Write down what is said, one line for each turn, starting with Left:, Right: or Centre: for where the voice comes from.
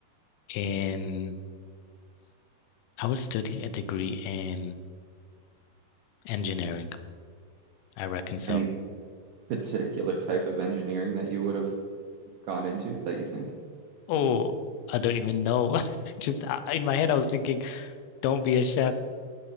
Left: in, I would study a degree in engineering. I reckon so.
Right: Any particular type of engineering that you would have gone into that you think?
Left: Oh, I don't even know. <laughs> Just uh, in my head, I was thinking, don't be a chef.